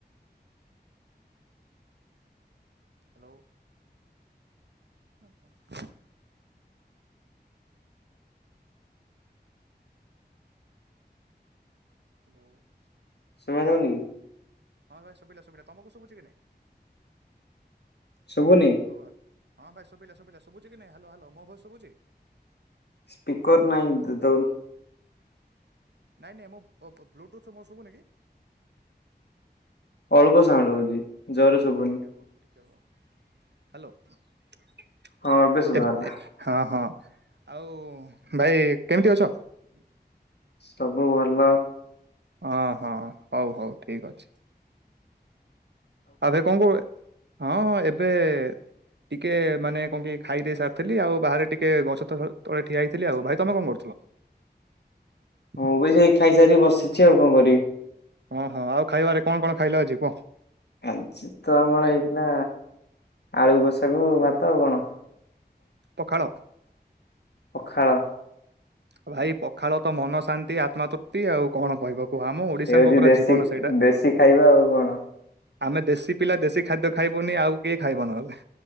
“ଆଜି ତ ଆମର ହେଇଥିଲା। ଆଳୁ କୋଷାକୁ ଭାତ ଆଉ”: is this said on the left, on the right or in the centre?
Left